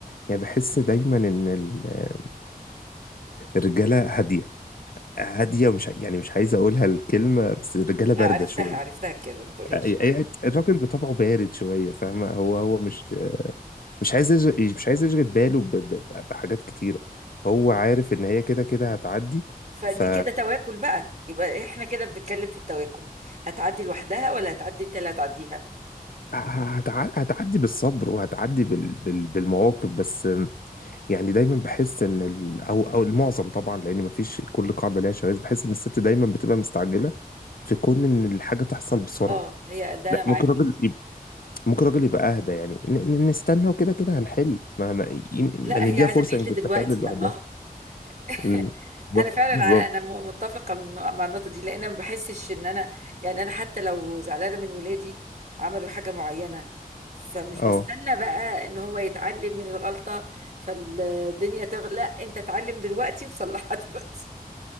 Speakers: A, on the left; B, on the right.
A: يعني بحس دايما إن ال- الرجالة هادية هادية ومش ع- يعني مش عايز أقولها الكلمة بس الرجالة باردة
B: آه، عرفتها
A: شوية
B: عرفتها الكلمة ما تقولهاش
A: أي- أي- الراجل بطبعه بارد شويه فاهمه هو هو مش مش عايز يشغل- مش عايز يشغل باله ب- ب- ب- بحاجات كتيره هو عارف ان هي كده كده هتعدي
B: فدي
A: ف
B: كده تواكل بقى يبقى احنا كده بنتكلم في التواكل هتعدي لوحدها ولا هتعدي انت اللي هتعديها
A: هتع- هتعدي بالصبر وهتعدي بال... بال... بالمواقف بس يعني دايما بحس ان ال... او او المعظم طبعا لان مفيش كل قاعده ليها شواذ بحس ان الست دايما بتبقى مستعجله في كون ان الحاجه تحصل بسرعه
B: اه هي ده
A: لا
B: انا معاك
A: ممكن راجل
B: في دي
A: يب... ممكن راجل يبقى اهدى يعني ن... ن- نستنى وكده كده هنحل ما ما, ي... ما
B: لا
A: نديها
B: هي عايزة
A: فرصه
B: تحل
A: يمكن
B: دلوقتي
A: تحل لوحدها
B: يلا
A: ال-
B: <laughs>
A: بالظبط
B: انا فعلا
A: بالظبط
B: ع- انا م- متفقه من مع النقطه دي لان ما بحسش ان انا يعني انا حتى لو زعلانه من ولادي عملوا حاجه معينه فمش
A: اه
B: بستنى بقى ان هو يتعلم من الغلطه فالدنيا تغلى لا انت اتعلم دلوقتي وصلحها <laughs> دلوقتي